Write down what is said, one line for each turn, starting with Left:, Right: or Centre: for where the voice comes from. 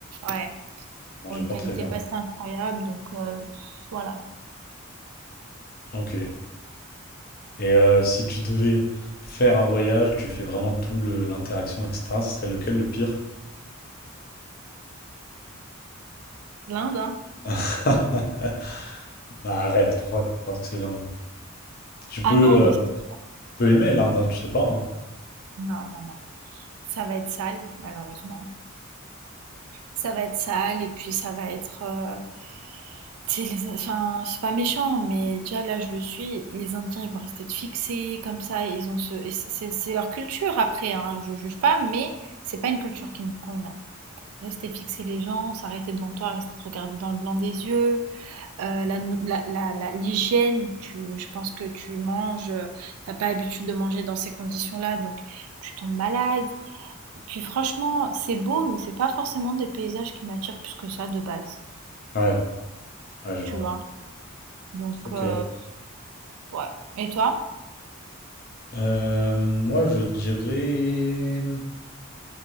Right: Ouais,
Left: On
Right: pour
Left: mangeait
Right: une
Left: pas
Right: qualité
Left: très bien.
Right: pas si incroyable, donc heu, voilà.
Left: Ok. Et euh, si tu devais faire un voyage, tu fais vraiment tout le- l'interaction, etc., ce serait lequel le pire?
Right: L'Inde, hein?
Left: <laughs> Bah, arrête, pourquoi tu penses que c'est l'Inde? Tu peux,
Right: Ah non, mais
Left: euh,
Right: c'est sûr.
Left: tu peux aimer l'Inde, hein, tu sais pas. hein.
Right: Non, non, non. Ça va être sale, malheureusement. Ça va être sale et puis ça va être, heu C'est les, enfin, c'est pas méchant, mais déjà là je le suis. Les Indiens ils vont rester fixés comme ça. Ils ont ce, et c- c'est c'est leur culture après. Hein, je juge pas, mais c'est pas une culture qui me convient. Rester fixer les gens, s'arrêter devant toi, rester te regarder dans le blanc des yeux, euh, la, nou- la- la- la- l'hygiène. Tu, je pense que tu manges, euh, t'as pas l'habitude de manger dans ces conditions-là, donc tu tombes malade. Puis franchement, c'est beau, mais c'est pas forcément des paysages qui m'attirent plus que ça de base.
Left: Ouais, ouais, je
Right: Tu
Left: vois.
Right: vois. Donc,
Left: Ok.
Right: euh, Ouais. Et toi?
Left: Euh, moi, je dirais.